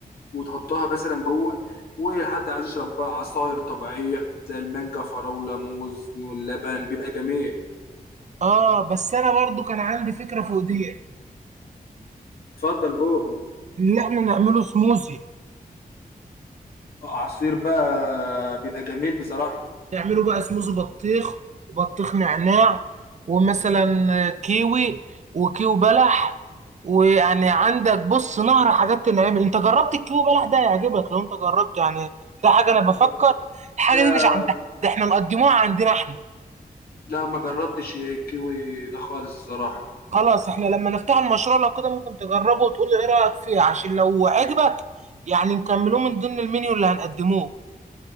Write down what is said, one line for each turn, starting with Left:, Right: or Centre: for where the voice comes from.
Left: وتحطها مثلا جوه ولحد عايز يشرب بقى عصاير طبيعية زي المانجا فراولة موز واللبن بيبقى جميل
Right: اه بس انا برضو كان عندي فكرة فوق دي
Left: اتفضل اوه
Right: ان احنا نعمله سموزي
Left: عصير بقى بيبقى جميل بصراحة
Right: نعمله بقى سموزي بطيخ وبطيخ نعناع ومثلا كيوي وكيو بلح ويعني عندك بص نهر حاجات تنعمل انت جربت الكيو بلح ده هيعجبك لو انت جربته يعني ده حاجة انا بفكر
Left: ما جربتها
Right: الحاجة دي مش عند ده احنا مقدموها عندنا احنا
Left: لا ما جربتش الكيوي ده خالص الصراحة
Right: خلاص احنا لما نفتح المشروع لو كده ممكن تجربه وتقول لي ايه رأيك فيه عشان لو عجبك يعني نكملوه من ضمن المنيو اللي هنقدموه